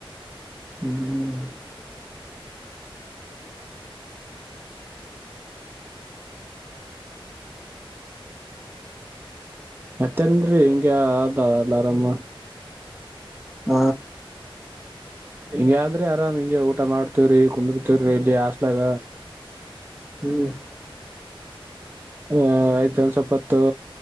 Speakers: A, in the centre; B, on the right.
A: ಹ್ಮ್ ಹ್ಮ
B: ಮತ್ತನ್್ರೀ ಹಿಂಗ ಆದ ಅ ಆರಾಮ
A: ಆ
B: ಹಿಂಗ ಆದ್ರಿ ಆರಾಮ್ ಹಿಂಗೆ ಊಟ ಮಾಡ್ತೇವ್ರಿ ಕುಂದರ್ತೇವ್ರಿ ಇಲ್ಲಿ ಹಸ್ಲಾಗ
A: ಹ್ಮ್
B: ಹ ಆಯ್ತ ಒಂದ ಸ್ವಪತ್ತು